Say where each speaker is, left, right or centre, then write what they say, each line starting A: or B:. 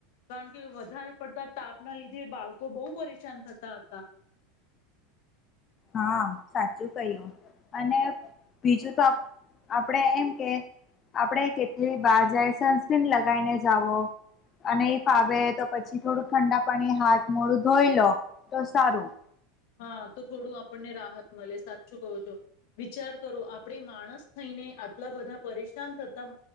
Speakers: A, on the left (about 60°); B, on the left (about 35°).
A: કારણ કે વધારે પડતા તાપના લીધે બાળકો બહુ પરેશાન થતા હતા.
B: હા સાચું કું અને બીજું તો આપડે એમ કે આપડે કેટલી બહાર જાય સનસ્ક્રીન લગાવીને જાવો અને એ ફાવે તો પછી થોડું ઠંડા પાણી હાથ મોડું ધોઈ લો તો સારું.
A: હા તો થોડું આપણને રાહત મળે સાચું કહો છો વિચાર કરો આપણે માણસ થઈને આટલા બધા પરેશાન થતા